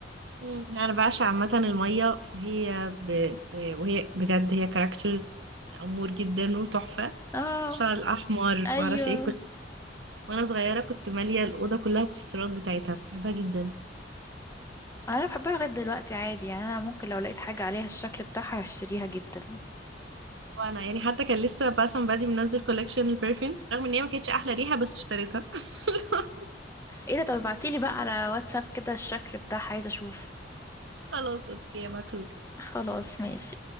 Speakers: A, on the right (about 80°); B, on the left (about 15°).
A: مم. يعني انا بعشق عامه الميه فهي ب... ب... وهي بجد هي كاركترز امور جدا وتحفه
B: اه
A: الشعر الاحمر
B: ايوه
A: ما اعرفش ايه كنت وانا صغيره كنت ماليه الاوضه كلها بوسترات بتاعتها كنت بحبها جدا
B: انا بحبها لغايه دلوقتي عادي يعني انا ممكن لو لقيت حاجه عليها الشكل بتاعها هشتريها جدا <laughs>
A: وانا يعني حتى كان لسه باسم بادي منزل كولكشن البرفيومز رغم ان هي ما كانتش احلى ريحه بس اشتريتها <laughs>
B: ايه ده طب ابعتيلي بقى على واتساب كده الشكل بتاعها عايزه اشوف
A: خلاص اوكي ابعتهولي
B: خلاص ماشي